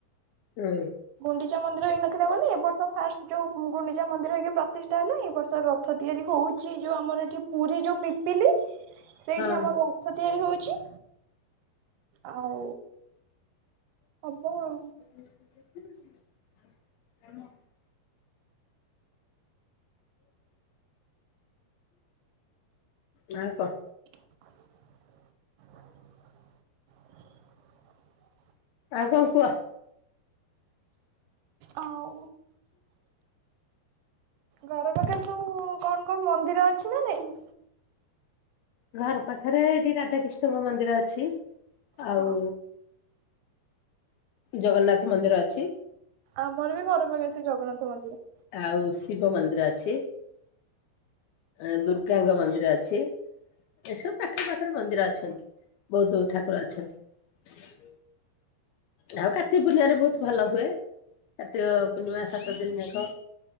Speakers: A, on the left; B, on the right.
A: ହୁଁ।
B: ଗୁଣ୍ଡିଚା ମନ୍ଦିର ହେଇ ନଥିଲା ବୋଲି ଏ ବର୍ଷ ଫାଷ୍ଟ ଯୋଉ ଗୁଣ୍ଡିଚା ମନ୍ଦିର ହେଇକି ପ୍ରତିଷ୍ଠା ହେଲା ଏ ବର୍ଷ ରଥ ତିଆରି ହଉଛି ଯୋଉ ଆମର ଏଠି ପୁରୀ ଯୋଉ ପିପିଲି ସେଇଠି
A: ହଁ
B: ଆମର ରଥ ତିଆରି ହଉଛି। ଆଉ ହବ ଆଉ।
A: କାରଣ ନାଁ କ?
B: <inaudible>
A: ଆଉ କଣ କୁହ?
B: ଆଉ ଘର ପାଖରେ ସବୁ କଣ କଣ ମନ୍ଦିର ଅଛି ନା ନାଇଁ?
A: ଘର ପାଖରେ ଏଠି ରାଧା କିଷ୍ଣଙ୍କ ମନ୍ଦିର ଅଛି,
B: ହଁ
A: ଆଉ ଜଗନ୍ନାଥ ମନ୍ଦିର ଅଛି।
B: ଆମର ବି ଘର ପାଖରେ ସେ ଜଗନ୍ନାଥ ମନ୍ଦିର।
A: ଆଉ ଶିବ ମନ୍ଦିର ଅଛି। ଆ ଦୁର୍ଗାଙ୍କ ମନ୍ଦିର ଅଛି। ଏସବୁ ପାଖ ପାଖରେ ମନ୍ଦିର ଅଛନ୍ତି ବହୁତ ଠାକୁର ଅଛନ୍ତି। ଆଉ କାର୍ତ୍ତିକ ପୂର୍ଣ୍ଣିମାରେ ବହୁତ ଭଲ ହୁଏ କାର୍ତ୍ତିକ ପୂର୍ଣ୍ଣିମା ସାତ ଦିନ ଯାକ।